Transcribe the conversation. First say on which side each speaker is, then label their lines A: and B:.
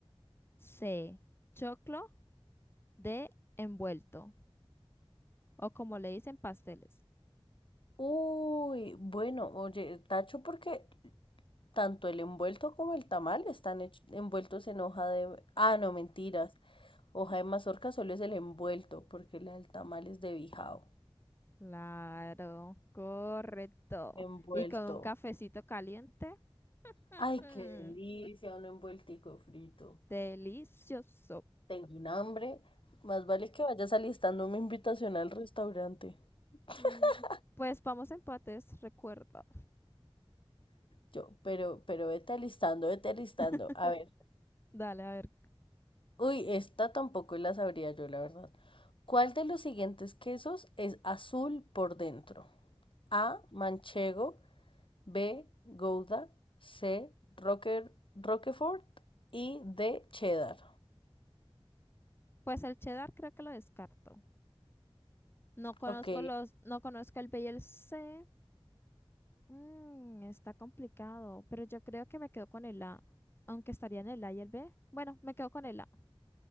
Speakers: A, on the left; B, on the left.
A: C, choclo, D, envuelto. O como le dicen, pasteles.
B: Uy, bueno, oye, tacho, porque tanto el envuelto como el tamal están hech- envueltos en hoja de... Ah, no, mentiras. Hoja de mazorca solo es el envuelto, porque la del tamal es de bijao.
A: Claro, correcto.
B: Envuelto.
A: Y con un cafecito caliente.
B: Ay,
A: mm,
B: qué delicia, un envueltico frito.
A: delicioso.
B: Tengo un hambre. Más vale que vayas alistando una invitación al restaurante. <laughs>
A: Mm, Pues vamos a empates, recuerda.
B: Yo, pero, pero vete alistando, vete alistando.
A: <laughs>
B: A ver.
A: Dale, a ver.
B: Uy, esta tampoco la sabría yo, la verdad. ¿Cuál de los siguientes quesos es azul por dentro? A. Manchego. B. Gouda. C. Rocker, Roquefort. Y D. Cheddar.
A: Pues el cheddar creo que lo descarto. No conozco
B: Ok.
A: los, no conozco el B y el C. Mm, está complicado, pero yo creo que me quedo con el A, aunque estaría en el A y el B. Bueno, me quedo con el A.